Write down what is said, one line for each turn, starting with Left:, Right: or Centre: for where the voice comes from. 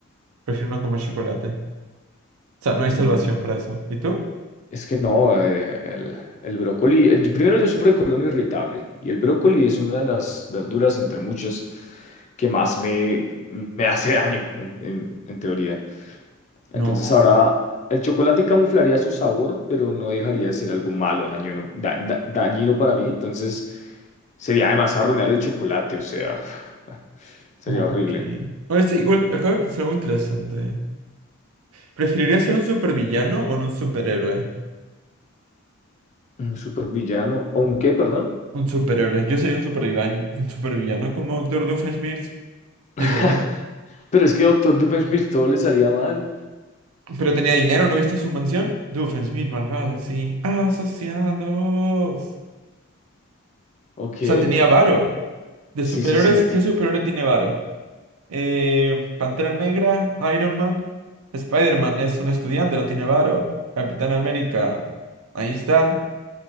Right: Prefiero no comer chocolate. O sea, no
Left: Mm,
Right: hay salvación para eso. ¿Y tú?
Left: Es que no, eh, el, el brócoli, el- yo- primero yo sufro de colon irritable y el brócoli es una de las verduras entre muchas que más me, me hace daño en, en- en teoría. Entonces
Right: No.
Left: ahora el chocolate camuflaría su sabor, pero no dejaría de ser algo malo, dañino, da- da- dañino para mí, entonces sería además arruinar el chocolate, o sea, <laughs> sería
Right: Ok.
Left: horrible.
Right: Oye, sí, igual, acabo de pensar algo interesante. ¿Preferirías ser un supervillano o no un superhéroe?
Left: Un supervillano, ¿o un qué, perdón?
Right: Un superhéroe. Yo sería un supervillano, un supervillano como Doctor Doofenshmirtz,
Left: <laughs>
Right: literal.
Left: Pero es que Doctor Doofenshmirtz todo le salía mal,
Right: Pero tenía dinero, ¿no viste su mansión? Doofenshmirtz, malvado, sí. Asociados.
Left: ok.
Right: O sea, tenía varo. De
Left: Sí,
Right: superhéroes,
Left: sí, sí.
Right: ¿qué superhéroe tiene varo? Eh, Pantera Negra, Iron Man. Spider-Man es un estudiante, no tiene varo. Capitán América, ahí está.